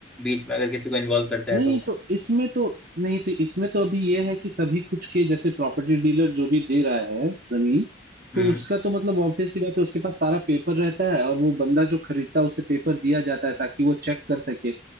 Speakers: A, in the centre; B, on the right.
A: बीच में अगर किसी को इन्वॉल्व करता है
B: नहीं
A: तो
B: तो इसमें तो नहीं तो इसमें तो अभी यह है कि सभी कुछ के जैसे प्रॉपर्टी डीलर जो भी दे रहा है जमीन
A: हम्म
B: तो उसका तो मतलब ऑब्वियसली बात है उसके पास सारा पेपर रहता है और वो बंदा जो खरीदता है उसे पेपर दिया जाता है ताकि वो चेक कर सके